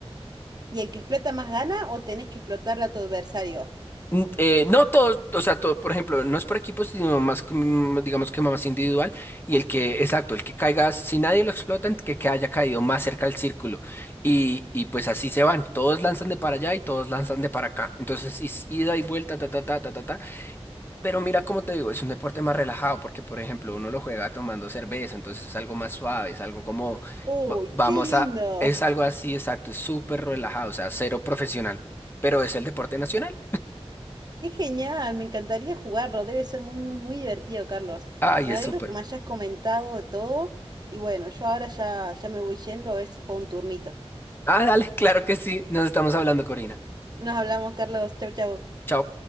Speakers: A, on the right; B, on the left.
A: ¿Y el que explota más gana o tenés que explotarle a tu adversario?
B: N- eh, no todos, o sea, todo, por ejemplo, no es por equipos, sino más, que, mm, digamos que más individual. Y el que, exacto, el que caiga, si nadie lo explota, el que, que haya caído más cerca al círculo. Y, y pues así se van. Todos lanzan de para allá y todos lanzan de para acá. Entonces, es ida y vuelta, ta, ta, ta, ta, ta, ta. Pero mira, como te digo, es un deporte más relajado porque, por ejemplo, uno lo juega tomando cerveza, entonces es algo más suave, es algo como,
A: Uy,
B: va- vamos
A: qué lindo.
B: a, es algo así, exacto, es súper relajado, o sea, cero profesional, pero es el deporte nacional.
A: Qué genial, me encantaría jugarlo. Debe ser muy, muy, muy divertido, Carlos.
B: Ay,
A: Me
B: es
A: alegro
B: súper.
A: que me hayas comentado de todo. Y bueno, yo ahora ya, ya me voy yendo a ver si fue un turnito.
B: Ah, dale, <laughs> claro que sí, nos estamos hablando, Corina.
A: Nos hablamos, Carlos. Chau, chau.
B: Chao.